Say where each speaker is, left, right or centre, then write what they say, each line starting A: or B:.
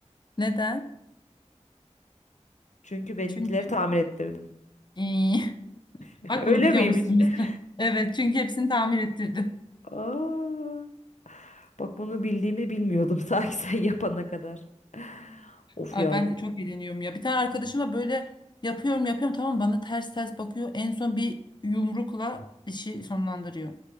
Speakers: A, on the left; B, on the left.
A: Neden?
B: Çünkü benimkileri
A: Çünkü.
B: tamir ettirdim.
A: İyi. <laughs>
B: <laughs>
A: Bak bunu
B: Öyle
A: biliyormuşsun
B: miymiş?
A: <laughs>
B: <laughs>
A: biz. Evet çünkü hepsini tamir ettirdim.
B: Aa, bak bunu bildiğimi bilmiyordum <laughs> sanki sen yapana kadar. Of
A: Ay
B: ya
A: ben çok eğleniyorum ya. Bir tane arkadaşıma böyle yapıyorum yapıyorum tamam bana ters ters bakıyor. En son bir yumrukla işi sonlandırıyor.